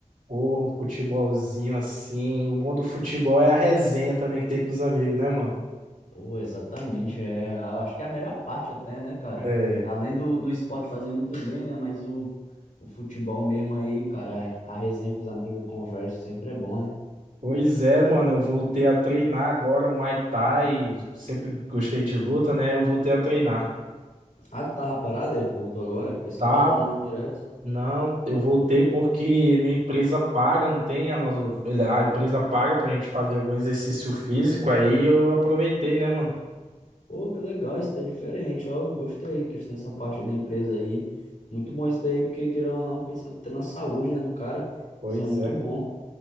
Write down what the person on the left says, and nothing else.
Pô, exatamente. É, a- acho que é a melhor parte até, né, cara?
Além do, do esporte fazer muito bem, né? Mas o, o futebol mesmo aí, cara, é- a resenha com os amigos, a conversa sempre é bom, né?
Ah, tu tava parado? é? Voltou agora? Pensei
que já treinava direto.
Pô, que legal, isso daí é diferente. Ó, gostei, questão dessa parte da empresa aí. Muito bom isso daí, porque querendo ou não, pensando até na saúde, né, do cara.
Isso é muito
bom.